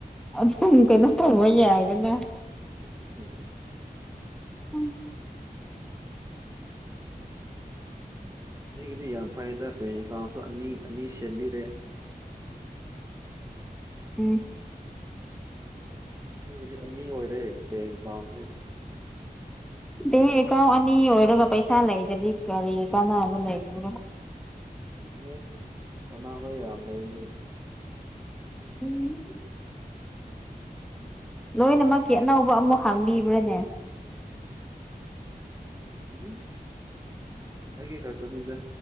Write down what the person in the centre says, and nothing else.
ꯑꯗꯨꯝ ꯀꯩꯅꯣ ꯇꯧꯕ ꯌꯥꯏꯗꯅ
ꯍ
ꯎꯝ
ꯕꯦꯡ ꯑꯦꯀꯥꯎꯟ ꯑꯅꯤ ꯑꯣꯏꯔꯒ ꯄꯩꯁꯥ ꯂꯩꯗ꯭ꯔꯗꯤ ꯀꯔꯤ ꯀꯥꯟꯅꯕ ꯂꯩꯕꯔꯥ
ꯎꯝ ꯂꯣꯏꯅꯃꯛꯀꯤ ꯑꯅꯧꯕ ꯑꯃꯨꯛ ꯍꯥꯡꯕꯤꯕ꯭ꯔꯥꯅꯦ